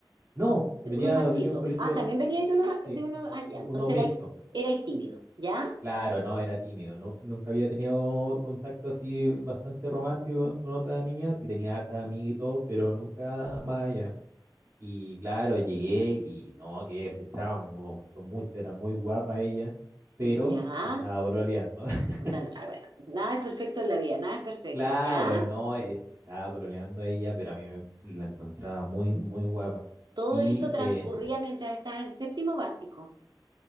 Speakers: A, on the right; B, on the right.
A: No, venía,
B: de puros machitos.
A: tenía un colegio,
B: Ah, también venías de uno más,
A: sí,
B: de uno allá.
A: u-
B: Entonces
A: uno mixto,
B: era, era tímido, ¿ya?
A: Claro, no, era tímido. nu- nunca había tenido contacto así bastante romántico con, otra niña, sí tenía harta amiga y todo, pero nunca más allá. Y claro, llegué y no, quedé flechado, me, me gustó mucho, era muy guapa ella, pero
B: Ya.
A: estaba pololeando. <laughs>
B: Total, la wea. nada es perfecto en la vida, nada es perfecto,
A: Claro,
B: ¿ya?
A: no, e- estaba pololeando ella, pero a mí me, la encontraba muy, muy guapa.
B: Todo
A: Y
B: esto transcurría
A: eh,
B: mientras estaba en séptimo básico.